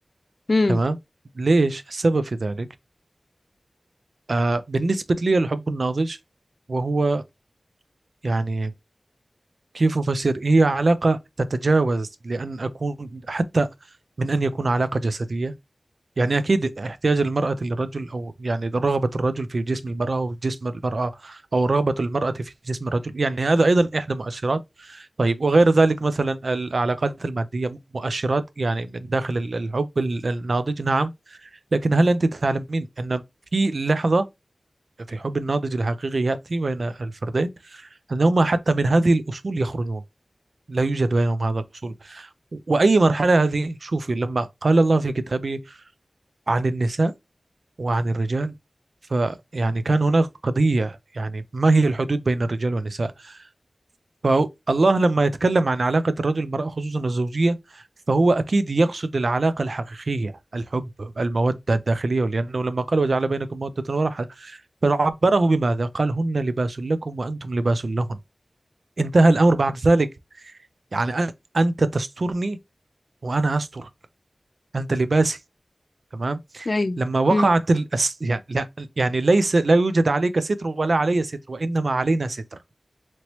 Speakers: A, on the left; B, on the right.
A: امم
B: تمام ليش السبب في ذلك آه، بالنسبة لي الحب الناضج وهو يعني كيف أفسر هي علاقة تتجاوز لأن أكون حتى من أن يكون علاقة جسدية يعني أكيد احتياج المرأة للرجل أو يعني رغبة الرجل في جسم المرأة أو في جسم المرأة أو رغبة المرأة في جسم الرجل يعني هذا أيضا إحدى مؤشرات طيب وغير ذلك مثلا العلاقات المادية مؤشرات يعني من داخل ال- الحب ال- الناضج نعم لكن هل أنت تعلمين أن في لحظة في حب الناضج الحقيقي يأتي بين الفردين أنهما حتى من هذه الأصول يخرجون لا يوجد بينهم هذا الأصول وأي مرحلة هذه شوفي لما قال الله في كتابه عن النساء وعن الرجال فيعني كان هناك قضية يعني ما هي الحدود بين الرجال والنساء فالله لما يتكلم عن علاقة الرجل والمرأة خصوصا الزوجية فهو أكيد يقصد العلاقة الحقيقية الحب المودة الداخلية لأنه لما قال وجعل بينكم مودة ورحمة فعبره بماذا؟ قال هن لباس لكم وأنتم لباس لهن انتهى الأمر بعد ذلك يعني أ- أنت تسترني وأنا أسترك أنت لباسي تمام
A: ايوه
B: لما وقعت
A: امم
B: الأس... يعني لا يعني ليس لا يوجد عليك ستر ولا علي ستر وإنما علينا ستر